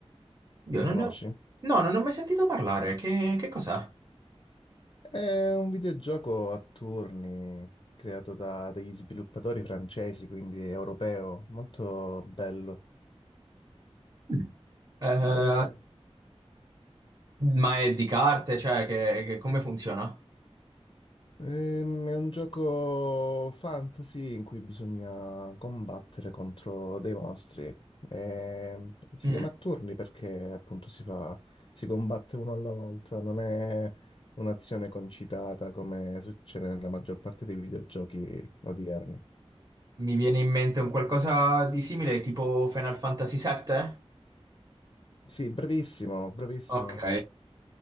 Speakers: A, on the right (about 35°); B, on the left (about 50°).
A: Io
B: Lo
A: non
B: conosci?
A: ne ho... No, non ne ho mai sentito parlare. Che, che cos'è?
B: È un videogioco a turni creato da degli sviluppatori francesi, quindi europeo, molto bello.
A: Mm. Eh,
B: Eh,
A: ma è di carte? Cioè, che, che- come funziona?
B: Ehm, è un gioco fantasy in cui bisogna combattere contro dei mostri. E- e si
A: Mm.
B: chiama a turni perché appunto si fa, si combatte uno alla volta, non è un'azione concitata come succede nella maggior parte dei videogiochi odierni.
A: Mi viene in mente un qualcosa di simile, tipo Final Fantasy VII?
B: Sì, bravissimo, bravissimo.
A: Ok,